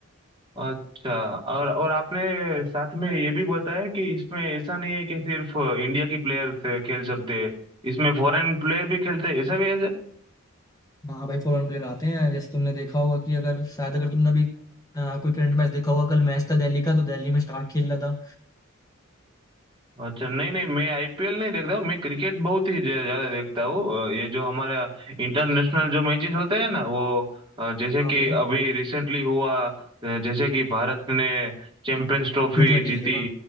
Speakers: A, on the right; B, on the left.
A: अच्छा और और आपने साथ में ये भी बताया कि इसमें ऐसा नहीं है कि सिर्फ इंडिया की प्लेयर खेल सकते हैं इसमें फॉरेन प्लेयर भी खेलते हैं ऐसा भी
B: हाँ भाई फॉरेन प्लेयर आते हैं जैसे तुमने देखा होगा कि अगर शायद अगर तुमने अभी अ, कोई करंट मैच देखा होगा कल मैच था दिल्ली का तो दिल्ली में स्टार खेल रहा था
A: अच्छा नहीं नहीं मैं आईपीएल नहीं देखता हूँ मैं क्रिकेट बहुत ही ज्या- ज्यादा देखता हूँ अ, ये जो हमारा इंटरनेशनल
B: अच्छा
A: जो मैचेस होते हैं ना वो अ, जैसे
B: हाँ
A: कि
B: भाई
A: अभी रिसेंटली हुआ अ, जैसे कि भारत ने चैंपियंस ट्रॉफी
B: टी ट्वेंटी
A: जीती
B: जीता था